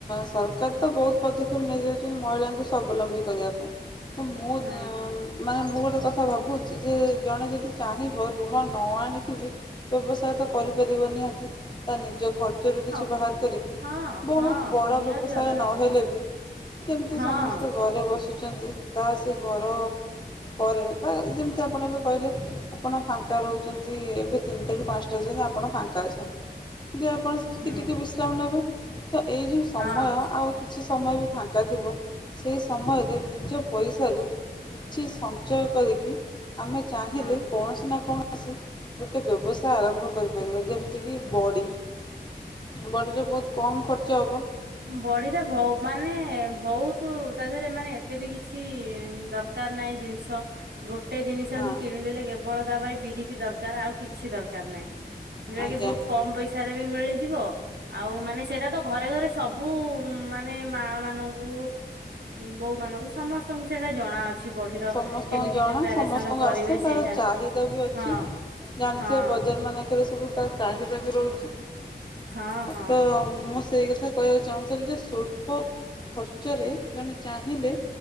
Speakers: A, on the left (about 25°); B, on the right (about 75°).
A: ସରକାର ତ ବହୁତ ପଦକ୍ଷେପ ନେଇଯାଉଛନ୍ତି ମହିଳାଙ୍କୁ ସ୍ୱାବଲମ୍ବୀ କରିବା ପାଇଁ। ତ ମୁଁ
B: ହଁ
A: ମାନେ ମୁଁ ଗୋଟେ କଥା ଭାବୁଚି ଯେ ଜଣେ ଯଦି ଚାହିଁବ ଋଣ ନ ଆଣିକି ବି ବ୍ୟବସାୟ ତ କରିପାରିବ ନିହାତି ତା ନିଜ ଖର୍ଚ୍ଚରୁ କିଛି
B: ହଁ
A: ବାହାର କରିକି
B: ହଁ
A: ବହୁତ
B: ହଁ
A: ବଡ଼
B: ନିହାତି
A: ବ୍ୟବସାୟ
B: ଭାବରେ
A: ନହେଲେ
B: କହୁଛି
A: ବି ଯେମିତି
B: ହଁ
A: ସମସ୍ତେ ଘରେ ବସୁଛନ୍ତି, ତା ସେ ଘର ପରେ ବା ଯେମିତି ଆପଣ ଏବେ କହିଲେ। ଆପଣ ଫାଙ୍କା ରହୁଛନ୍ତି ଏବେ ତିନିଟାରୁ ପାଞ୍ଚଟା ଯାଏ ଆପଣ ଫାଙ୍କା ଅଛନ୍ତି। ଯେ ଆପଣ ଟିକେ
B: ହୁଁ
A: ଟିକେ ବିଶ୍ରାମ ନେବେ ତ ଏଇ ଯୋଉ ସମୟ
B: ହଁ ହଁ
A: ଆଉ କିଛି ସମୟ ବି ଫାଙ୍କା ଥିବ। ସେଇ ସମୟରେ ନିଜ ପଇସାରୁ କିଛି ସଞ୍ଚୟ କରିକି, ଆମେ ଚାହିଁଲେ
B: ହଁ
A: କୌଣସି ନା କୌଣସି ଗୋଟେ ବ୍ୟବସାୟ ଆରମ୍ଭ କରିପାରିବେ। ଯେମିତିକି ବଡ଼ି, ବଡ଼ିରେ ବହୁତ କମ୍ ଖର୍ଚ୍ଚ ହବ।
B: ବଡିରେ ଭ ମାନେ ଭଉତ୍ ତୁ ତା ଦେହରେ ମାନେ ଏତେ ବି କିଛି ଦରକାର ନାଇଁ ଜିନିଷ। ଗୋଟେ ଜିନିଷ
A: ନା
B: ହିଁ କିଣିଦେଲେ କେବଳ ତା ପାଇଁ ବିରିଟି ଦରକାର ଆଉ କିଛି ଦରକାର ନାଇଁ। ଯଉଆ
A: ଆଜ୍ଞା
B: କି ବହୁତ କମ ପଇସା ରେ ବି ମିଳିଯିବ, ଆଉ ମାନେ ସେଇଟା ତ ଘରେ ଘରେ ସବୁ ମାନେ ମା ମାନଙ୍କୁ, ବୋଉ ମାନଙ୍କୁ ସମସ୍ ସ୍ତଙ୍କୁ ସେଇଟା ଜଣାଅଛି ବଡିର
A: ସମସ୍ତଙ୍କୁ
B: କେମିତି
A: ଜଣା
B: ପ୍ରିପାରେସନ
A: ସମସ୍ତଙ୍କୁ
B: କରିବେ
A: ଆସେ ତାର
B: ସେଇଟା,
A: ଚାହିଦା ବି ଅଛି
B: ହଁ।
A: ଜାଣିଥିବେ
B: ହଁ
A: ବଜାର ମାନଙ୍କରେ ସବୁ ତା ଚାହିଦା ବି ରହୁଛି,
B: ହଁ ହଁ
A: ତ ମୁଁ ସେଇ କଥା କହିବାକୁ ଚାହୁଁଥିଲି ଯେ ସ୍ୱଳ୍ପ ଖର୍ଚ୍ଚରେ ଜଣେ ଚାହିଁଲେ